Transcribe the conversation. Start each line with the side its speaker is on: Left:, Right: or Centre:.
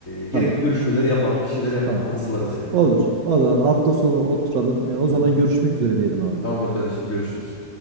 Left: gerekli
Right: Tamam.
Left: görüşmeleri yapalım, bir şeyler yap
Right: Tamam.
Left: hazırlarız yani.
Right: Olur. O zaman hafta sonu oturalım. E, o
Left: Hı
Right: zaman
Left: hı.
Right: görüşmek üzere diyelim abi.
Left: Tamamdır kardeşim görüşürüz.